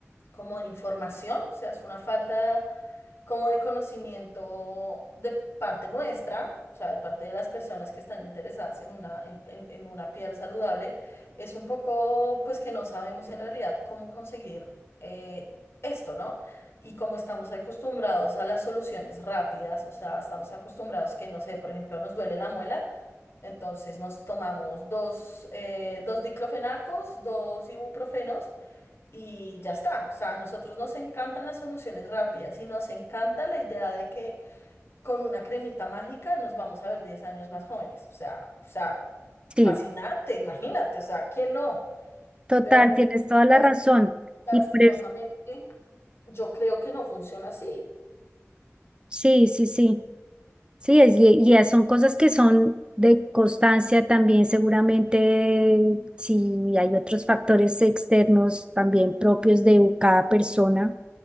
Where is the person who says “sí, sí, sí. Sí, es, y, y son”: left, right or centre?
Right